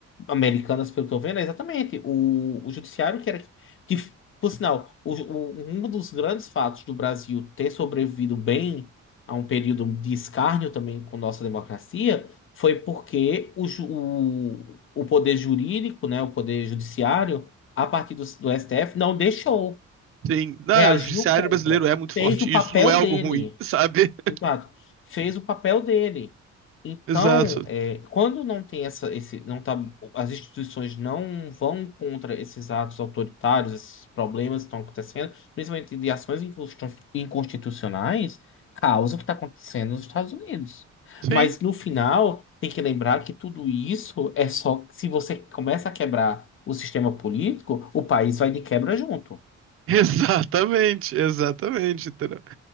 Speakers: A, on the left; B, on the right.
A: americanas, pelo que eu tô vendo, é exatamente o, o judiciário que era, que por sinal, o- o- um dos grandes fatos do Brasil ter sobrevivido bem a um período de escárnio também com nossa democracia foi porque o, ju- o, o poder jurídico, né, o poder judiciário, a partir do, do STF, não deixou,
B: sim. Não,
A: reagiu
B: o judiciário
A: contra,
B: brasileiro é muito
A: fez
B: forte.
A: o papel
B: Isso não é algo
A: dele.
B: ruim, sabe? <laughs>
A: Exato. Fez o papel dele. Então,
B: Exato.
A: é, quando não tem essa, esse, não tá, as instituições não vão contra esses atos autoritários, esses problemas que estão acontecendo, principalmente de ações inconstitu- inconstitucionais, causa o que está acontecendo nos Estados Unidos.
B: Sim.
A: Mas no final, tem que lembrar que tudo isso é só se você começa a quebrar o sistema político, o país vai de quebra junto.
B: Exatamente, exatamente, entendeu?